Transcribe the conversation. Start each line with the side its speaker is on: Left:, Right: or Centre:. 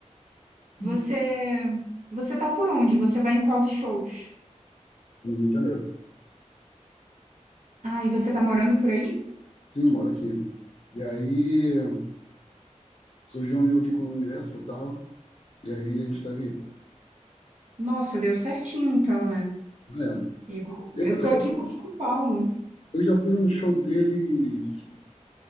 Left: Uhum.
Right: Você, você tá por onde? Você vai em qual dos shows?
Left: No Rio de Janeiro.
Right: Ah, e você tá morando por aí?
Left: Sim, moro aqui. E aí. Surgiu um amigo aqui com os ingressos e tal, e aí a gente tá vindo.
Right: Nossa, deu certinho então, né?
Left: É,
Right: Eu,
Left: eu,
Right: eu tô
Left: eu já
Right: aqui
Left: fui,
Right: por São Paulo.
Left: eu já fui num show deles